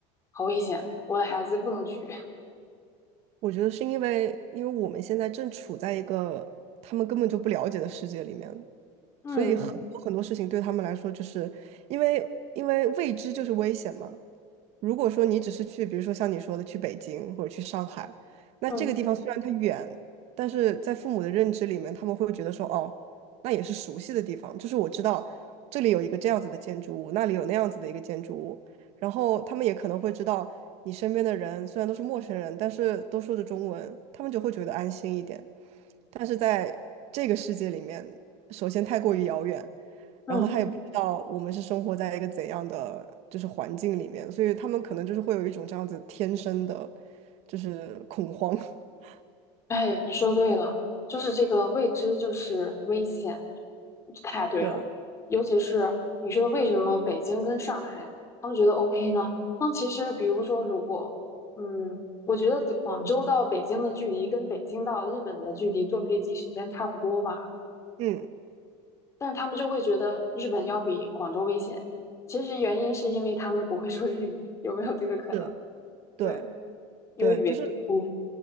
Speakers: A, on the left (about 20°); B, on the right (about 45°).
A: 好危险，我的孩子不能去。<laughs>
B: 我觉得是因为，因为我们现在正处在一个他们根本就不了解的世界里面，
A: 嗯
B: 所以很多很多事情对他们来说，就是因为因为未知就是危险嘛。如果说你只是去，比如说像你说的去北京或者去上海，那这个地方虽然它远，
A: 嗯
B: 但是在父母的认知里面，他们会觉得说，哦，那也是熟悉的地方，就是我知道这里有一个这样子的建筑物，那里有那样子的一个建筑物，然后他们也可能会知道你身边的人虽然都是陌生人，但是都说着中文，他们就会觉得安心一点。但是在这个世界里面，首先太过于遥远，
A: 嗯，
B: 然后他也不知道我们是生活在一个怎样的就是环境里面，所以他们可能就是会有一种这样子天生的，就是恐慌。<laughs>
A: 哎，你说对了，就是这个未知就是危险，太对了。
B: 对，
A: 尤其是你说为什么北京跟上海他们觉得 OK 呢？那其实比如说，如果嗯，我觉得广州到北京的距离跟北京到日本的距离坐飞机时间差不多吧，
B: 嗯，
A: 但是他们就会觉得日本要比广州危险。其实原因是因为他们不会说日语，有没有这个可能？
B: 对，对，
A: 对。因为语言不通。
B: 对，就是